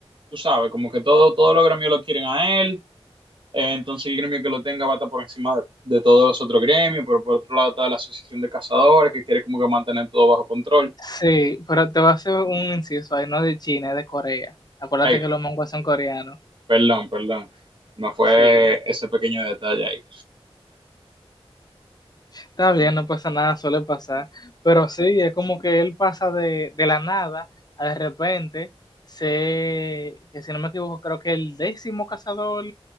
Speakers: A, on the right; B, on the left.
A: Tú sabes, como que todo, todos los gremios lo quieren a él, eh, entonces el gremio que lo tenga va a estar por encima de, de todos los otros gremios, pero por otro lado está la Asociación de Cazadores que quiere como que mantener todo bajo control.
B: Sí, pero te voy a hacer un inciso ahí, no de China, es de Corea. Acuérdate
A: Ay,
B: que los mangos son coreanos.
A: perdón, perdón. Me fue
B: Sí,
A: ese pequeño detalle ahí.
B: está bien, no pasa nada, suele pasar. Pero sí, es como que él pasa de, de la nada a de repente sé que si no me equivoco, creo que el décimo cazador